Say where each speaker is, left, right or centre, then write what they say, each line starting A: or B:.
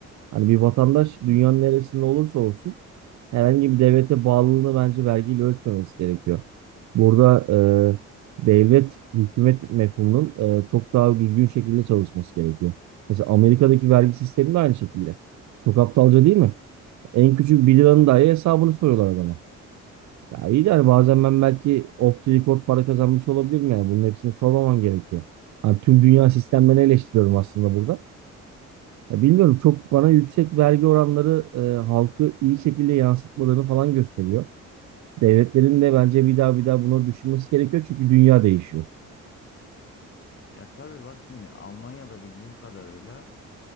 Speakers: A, on the right (about 65°); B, on the left (about 45°).
A: Hani bir vatandaş dünyanın neresinde olursa olsun herhangi bir devlete bağlılığını bence vergiyle ölçmemesi gerekiyor. Burada e, devlet, hükümet mefhumunun e, çok daha düzgün şekilde çalışması gerekiyor. Mesela Amerika'daki vergi sistemi de aynı şekilde. Çok aptalca değil mi? En küçük bir liranın dahi hesabını soruyorlar adama. Ya iyi de hani bazen ben belki off the record para kazanmış olabilirim yani. Bunun hepsini sormaman gerekiyor. Hani tüm dünya
B: Hı hı.
A: sistemlerini eleştiriyorum aslında burada. Ya bilmiyorum çok bana yüksek vergi oranları e, halkı iyi şekilde yansıtmalarını falan gösteriyor. Devletlerin de bence bir daha bir daha bunu düşünmesi gerekiyor çünkü dünya değişiyor.
B: Ya tabii bak şimdi Almanya'da bildiğim kadarıyla